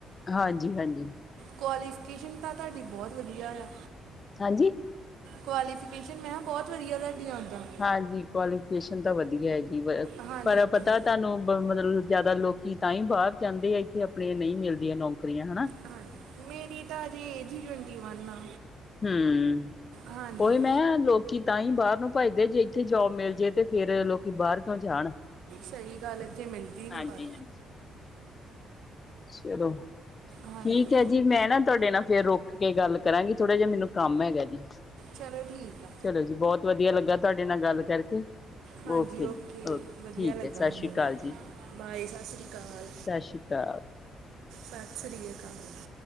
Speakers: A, on the left; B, on the right.
A: ਹਾਂਜੀ, ਹਾਂਜੀ।
B: ਕੁਆਲੀਫਿਕੇਸ਼ਨ ਤਾਂ ਤਾਹਡੀ ਬਹੁਤ ਵਧੀਆ ਆ।
A: ਹਾਂਜੀ।
B: ਕੁਆਲੀਫਿਕੇਸ਼ਨ ਮੈਂ ਹਾਂ ਬਹੁਤ ਵਧੀਆ ਤਾਹਡੀ ਉਹ ਦਾ।
A: ਹਾਂਜੀ, ਕੁਆਲੀਫਿਕੇਸ਼ਨ ਤਾਂ ਵਧੀਆ ਹੈਗੀ ਪ
B: ਹਾਂਜੀ
A: ਪਰ
B: ਹਾਂਜੀ
A: ਤਾਂ ਤੁਹਾਨੂੰ ਬ ਮਤਲਬ ਜਿਆਦਾ ਲੋਕੀ ਤਾਂਈ ਬਾਹਰ ਜਾਂਦੇ ਆ ਇੱਥੇ ਆਪਣੇ ਨਈ ਮਿਲਦੀਆਂ ਨੌਕਰੀਆਂ ਹਨਾ।
B: ਹਾਂਜੀ ਮੇਰੀ ਤਾਂ ਹਜੇ ਏਜ ਈ ਟਵੰਟੀ ਵਨ ਆ,
A: ਹਮ
B: ਹਾਂਜੀ।
A: ਉਹੀ ਮੈਂ ਲੋਕੀ ਤਾਂ ਈ ਬਾਹਰ ਨੂੰ ਭੱਜਦੇ ਜੇ ਇੱਥੇ ਜੋਬ ਮਿਲ ਜੇ 'ਤੇ ਫੇਰ ਲੋ ਲੋਕੀ ਬਾਹਰ ਕਿਉ ਜਾਣ,
B: ਸਹੀ ਗੱਲ ਇੱਥੇ ਮਿਲਦੀ ਨਹੀਂ
A: ਹਾਂਜੀ,
B: ਪਰ
A: ਹਾਂਜੀ। ਚਲੋ,
B: ਹਾਂਜੀ
A: ਠੀਕ ਹੈ ਜੀ ਮੈਂ ਨਾ ਤੁਹਾਡੇ ਨਾਲ ਫੇਰ ਰੁਕ ਕੇ ਗੱਲ ਕਰਾਂਗੀ ਥੋੜਾ ਜਿਹਾ ਮੈਨੂੰ ਕੰਮ ਹੈਗਾ ਜੀ।
B: ਚਲੋ ਠੀਕ ਆ।
A: ਚਲੋ ਜੀ, ਬਹੁਤ ਵਧੀਆ ਲੱਗਾ ਤੁਹਾਡੇ ਨਾਲ ਗੱਲ ਕਰਕੇ।
B: ਹਾਂਜੀ, ਓਕੇ
A: ਜੀ
B: ਵਧੀਆ
A: ਠੀਕ
B: ਲੱਗਾ
A: ਹੈ ਸਤਿ
B: ਮੈਨੂੰ
A: ਸ਼੍ਰੀ ਅਕਾਲ
B: ਵੀ।
A: ਜੀ।
B: ਬਾਏ ਸਤਿ ਸ੍ਰੀ ਅਕਾਲ,
A: ਸਤਿ ਸ਼੍ਰੀ ਅਕਾਲ।
B: ਸਤਿ ਸ਼੍ਰੀ ਅਕਾਲ।